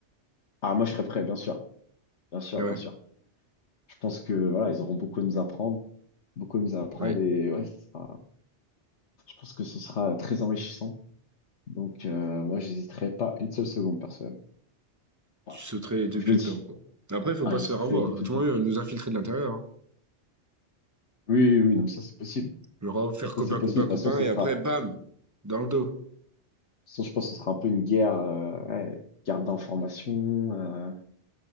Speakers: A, on the left (about 75°); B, on the right (about 15°).
A: Ah, moi, je serais prêt, bien sûr. Bien sûr,
B: Ah Ouais.
A: bien sûr. Je pense que voilà, ils auront beaucoup à nous apprendre, beaucoup à nous apprendre
B: Ouais.
A: et ouais, ce sera- je pense que ce sera très enrichissant. Donc euh, moi, j'hésiterai pas une seule seconde, personnellement. Voilà.
B: Tu sauterais les deux
A: Je
B: pieds
A: le
B: dedans,
A: dis.
B: quoi. Après, faut
A: Ah,
B: pas
A: je
B: se
A: serai
B: faire avoir.
A: défiant.
B: Tout le monde euh, nous infiltrer de l'intérieur. Hein.
A: Oui, oui, oui, non, mais ça c'est possible.
B: Genre, euh, faire copain,
A: Ça c'est possible.
B: copain,
A: De
B: copain,
A: toute façon, ce
B: et
A: sera,
B: après, bam! Dans le dos.
A: de toute façon, je pense que ce sera un peu une guerre, euh, ouais, guerre d'information. euh,